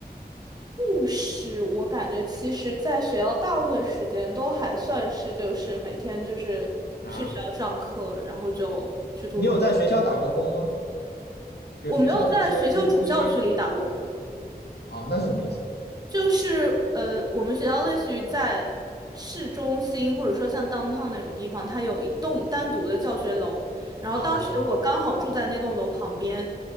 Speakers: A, on the right; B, on the left.
A: 故事我感觉其实在学校大部分时间都还算是就是每天就是去学校上课，
B: 啊，
A: 然后就去图书馆。
B: 你有在学校打过工吗？比如学校的一些餐厅？
A: 我没有在学校主校区里打过工。
B: 哦，那是什么意思？
A: 就是呃，我们学校类似于在市中心，或者说像 downtown 那种地方，它有一栋单独的教学楼。然后当时我刚好住在那栋楼旁边，
B: 哦，